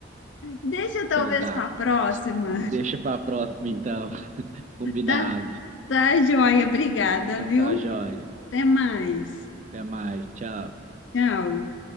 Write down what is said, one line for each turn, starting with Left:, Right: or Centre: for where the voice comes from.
Left: Deixa talvez
Right: Então tá.
Left: para a próxima.
Right: Deixa pra próxima então. <laughs> Combinado.
Left: Tá? Tá, joia. Obrigada,
Right: Então
Left: viu?
Right: tá, joia.
Left: Até mais.
Right: Até mais. Tchau.
Left: Tchau.